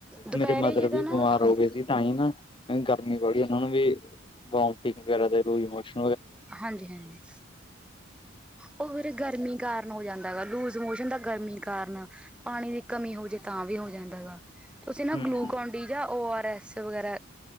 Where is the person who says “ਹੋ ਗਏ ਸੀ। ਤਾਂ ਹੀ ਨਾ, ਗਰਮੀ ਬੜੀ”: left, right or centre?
Left